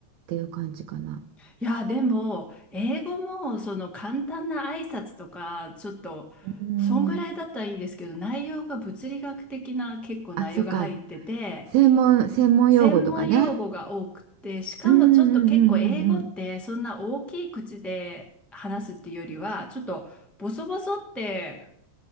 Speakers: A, on the right (about 80°); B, in the centre.
A: ていう感じかな。
B: いや、でも、英語も、その、簡単な挨拶とか、ちょっと、
A: うん。
B: そんぐらいだったらいいんですけど、内容が物理学的な結構内容が入ってて、
A: あ、そっか。専門、専門用語とかね。
B: 専門用語が多くて、しかもちょっと結構英語ってそんな大きい口で話すっていうよりは、
A: うんうん
B: ちょっとボソボソって、